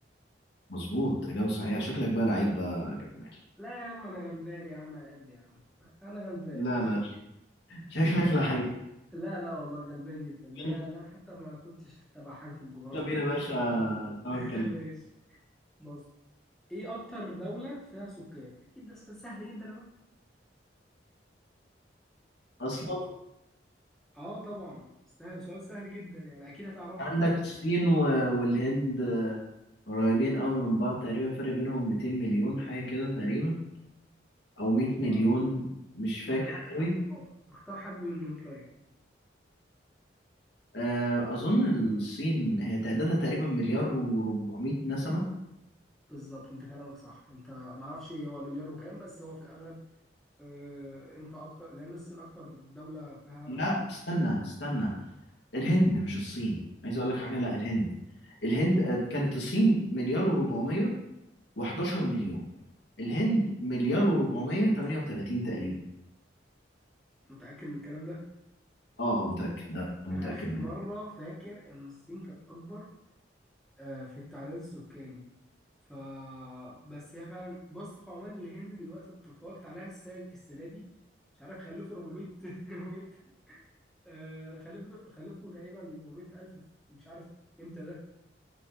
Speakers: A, on the left; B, in the centre.
A: مظبوط اجابه صحيحه شكلك بقى لعيب بقى يا جمال
B: لا يا عم انا غلبان يا عم على قد يا عم انا غلبان
A: لا لا شكلك لعيب
B: لا لا والله غلبان جدا ده انا
A: يلا
B: ده أنا حتى ما كنتش حتى بقى حاجه في الجغرافيا
A: بينا
B: وكده
A: يا باشا توكل
B: <laughs> ماشي بص ايه اكتر دولة فيها سكان اكيد ده سؤال سهل جدا
A: اصلا
B: اهو اه طبعا سهل سؤال سهل جدا يعني اكيد هتعرفه
A: عندك الصين و- والهند آه، قريبين قوي من بعض تقريبا فرق بينهم 200 مليون حاجة كده تقريبا أو 100
B: هو
A: مليون مش
B: معاك
A: فاكر
B: حق
A: قوي
B: اه اختار حد منهم طيب
A: آه، أظن الصين هي تعدادها تقريبا مليار و400 نسمة
B: بالظبط انت كلامك صح انت معرفش هو مليار وكام بس هو في الاغلب آه انت اكتر لان الصين اكتر دولة فيها
A: لا استنى استنى الهند مش الصين عايز أقول لك حاجة لا الهند الهند آه، كانت الصين مليار و400 و11 مليون الهند مليار و438 تقريبا
B: متأكد من الكلام ده
A: اه آه، متأكد ده متأكد
B: انا اخر
A: منه
B: مرة فاكر ان الصين كانت اكبر آه في التعداد السكاني ف بس هي فعلا بص هو عمان الهند دلوقتي اتفقت عليها السنه السنه دي مش عارف خلفوا 400 400 <laughs> آه خلفوا خلفوا تقريبا 400 الف في- مش عارف امتى ده